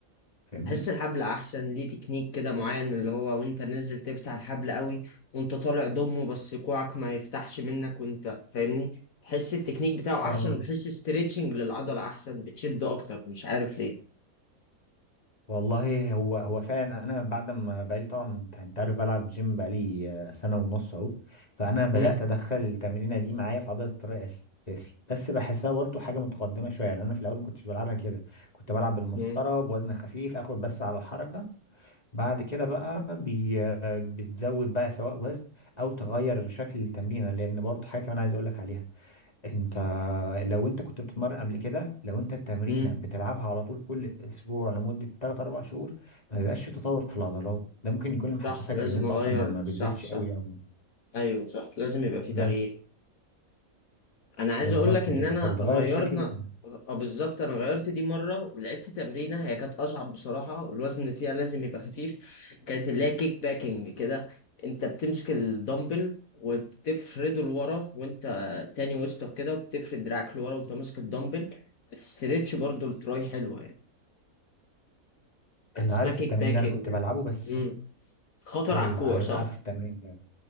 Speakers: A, on the left (about 25°); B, on the left (about 70°).
A: فاهمني
B: بحس الحبل احسن ليه تكنيك كده معين اللي هو وانت نازل تفتح الحبل قوي وانت طالع ضمه بس كوعك ما يفتحش منك وانت فاهمني بحس التكنيك بتاعه
A: اه
B: احسن وبحس استريتشنج للعضلة احسن بتشد اكتر مش عارف ليه
A: والله هو هو فعلا انا بعد ما بقالي طبعا انت أنت عارف بلعب جيم بقالي آه، سنه ونص اهو فانا بدات
B: مم.
A: ادخل التمرينه دي معايا في عضله التراي اساسي بس بحسها برضه حاجه متقدمه شويه يعني انا في الاول ما كنتش بلعبها كده كنت بلعب بالمسطره
B: مم.
A: بوزن خفيف اخد بس على الحركه بعد كده بقى بي آه، بتزود بقى سواء وزن او تغير شكل التمرينه لان برضه حاجه كمان عايز اقول لك عليها انت لو انت كنت بتتمرن قبل كده لو انت التمرينه
B: مم.
A: بتلعبها على طول كل اسبوع لمده 3 4 شهور ما بيبقاش في تطور في العضلات ده ممكن يكون اللي محسسك
B: صح لازم
A: بان انت
B: اغير
A: اصلا ما ما بتزيدش
B: صح صح
A: قوي قوي
B: ايوه صح لازم يبقى في تغيير
A: بس
B: انا عايز
A: بالظبط
B: اقول لك ان
A: كده
B: انا
A: فبتغير
B: غيرنا
A: الشكل
B: آه، بالظبط انا غيرت دي مره ولعبت تمرينه هي كانت اصعب بصراحه والوزن فيها لازم يبقى خفيف كانت اللي هي كيك باكينج كده انت بتمسك الدمبل وبتفرده لورا وانت تاني وسطك كده وبتفرد دراعك لورا وانت ماسك الدمبل بتستريتش برضو التراي حلوه يعني كان
A: انا
B: اسمها
A: عارف
B: كيك
A: التمرين
B: باكينج
A: ده انا كنت بلعبه بس
B: امم خطر
A: ايوه
B: على الكوع
A: عارف
B: صح
A: عارف التمرين ده